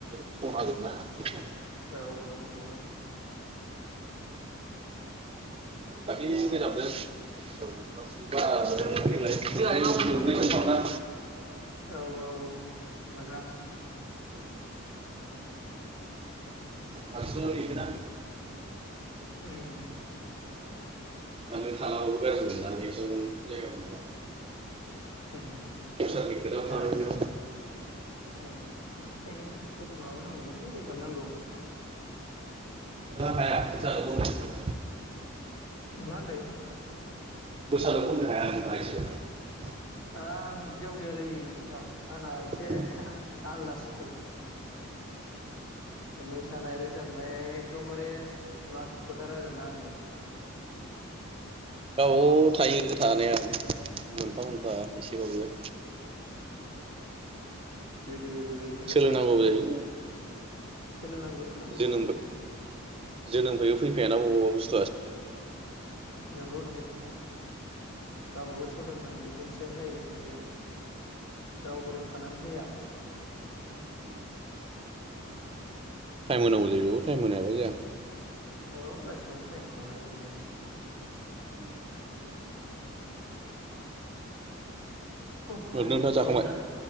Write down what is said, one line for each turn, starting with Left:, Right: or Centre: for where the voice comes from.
Right: <unintelligible>
Left: औ औ नंगौ।
Right: दाख्लि रोजाबदों बैसागु बोथोराव बारा देग्लाय मोनब्रैसो थांदां
Left: औ औ औ मोजां।
Right: हारसिंल' लिंगोन आं
Left: उम।
Right: आंनो थाङाबाबो गाज्रि मोना नेक्स्टआव जायगा मोनाबा
Left: होम होम
Right: दस्रानि खोथाबो
Left: मोजां
Right: थाबाय बेयाव
Left: औ एसे एनै माबानांगौलै रोजाबनांगौ।
Right: नोंथाङा हाया मोसानो खननो
Left: मा होनदों?
Right: <unintelligible> <unintelligible>
Left: आं बिदियाव गैयालै नोंथां। आंना एसे
Right: एसेबो
Left: आलदासो मोसानाय रोजाबनाय एखदमबारे लाथिख'थार आरोना आङो।
Right: गाव थायो थानाया मोनफा
Left: उम
Right: मोनफा एसेबाबो
Left: गोदो बो इन्टारेस्ट
Right: सोलोंनांगौ
Left: लाबोनो रोङासैना।
Right: जायो
Left: सोलोंनांगौ नांगौआथ'
Right: जोनोम जोनोमफबो फैफायाना बबावबा
Left: नंगौ नंगौ नोंथां। गावबागाव सोलोंनाय न'जोंसो जायो बिदिया रावबो रोंखानानै फैया।
Right: उम। टाइम होनांगौ जायो बेयावबो टाइम होनोहायाबा जाया।
Left: औ गासिबावबो टाइम नङाबालाय बोरै जानो।
Right: उम।
Left: अहु
Right: नोंथाङा जाखांबाय
Left: गरमलै